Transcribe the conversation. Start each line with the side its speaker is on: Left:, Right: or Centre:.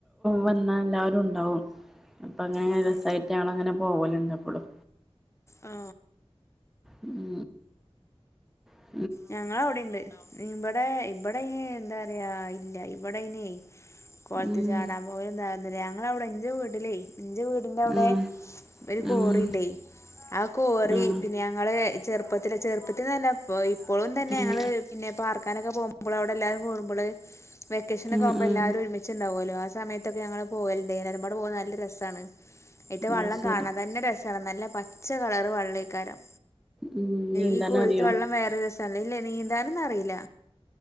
Centre: വന്നാ എല്ലാരും ഉണ്ടാവും അപ്പ അങ്ങനെങ്ങനെ
Left: ആഹ്
Centre: രസായ്ട്ട് ഞങ്ങള്ങ്ങനെ പോവല്ണ്ട് അപ്പളും
Left: ആ
Centre: ഹ് ഹ്
Left: ഞങ്ങള് അവ്ടീണ്ട് ഇബടെ ഇബടെ എന്താറയാ ഇല്ല ഇബടെ അയ്ന് കോൾത്ത്
Centre: ഉം
Left: ചാടാൻ പോകലും താകലും ഞങ്ങളവ്ടെ ഇന്റെ വീട്ട്ല്ലേ ഇന്റെ വീട്ന്റെ അവ്ടെ
Centre: ഉം
Left: ഒരു കോറിണ്ടേ
Centre: ഉം
Left: ആ കോറി
Centre: ഉം
Left: പിന്നെ ഞങ്ങള് ചെറുപ്പത്തില് ചെറുപ്പത്തിൽന്ന് പർഞാ ഇ ഇപ്പളും തന്നെ
Centre: ഉം
Left: ഞങ്ങള് പിന്നെ പാർക്കാനൊക്കെ പോകുമ്പോ അവ് എല്ലാരും കൂട്മ്പള് വെക്കേഷനോക്കെ
Centre: ഉം
Left: ആകുമ്പം
Centre: ഉം
Left: എല്ലാരും ഒരുമിച്ച് ണ്ടാവോല്ലോ ആ സമയത്തൊക്കെ ഞങ്ങള് പോവല്ണ്ടായിനി എല്ലാരും പാടെ പോവുമ്പോ നല്ല രസാണ് ന്നട്ട് വള്ളം
Centre: അത് ശരി
Left: കാണാ തന്നെ രസ നല്ല പച്ച കളറ് വള്ളേക്കാരം
Centre: ഉം നീന്താൻ
Left: ഈ കോറീത്ത
Centre: അറിയോ
Left: വള്ളം വേറെ സ് അല്ലേല് നീന്താനൊന്നും അറീല